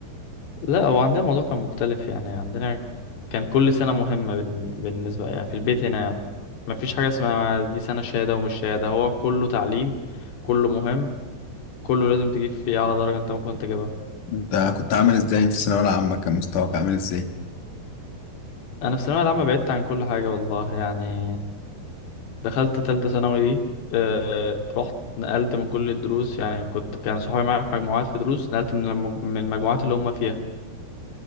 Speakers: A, on the left; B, on the left.
A: لا هو عندنا الموضوع كان مختلف يعني عندنا كان كل سنة مهمة بالن- بالنسبة يعني في البيت هنا ما فيش حاجة اسمها دي سنة شهادة ومش شهادة هو كله تعليم كله مهم كله لازم تجيب فيه أعلى درجة أنت ممكن تجيبها
B: انت كنت عامل
A: ف-
B: ازاي في الثانويه العامه كان مستواك عامل ازاي
A: أنا في الثانوية العامة بعدت عن كل حاجة والله يعني دخلت تالتة ثانوي دي آه، رحت نقلت من كل الدروس يعني كنت كان صحابي معايا في مجموعات في دروس نقلت من الم- من المجموعات اللي هم فيها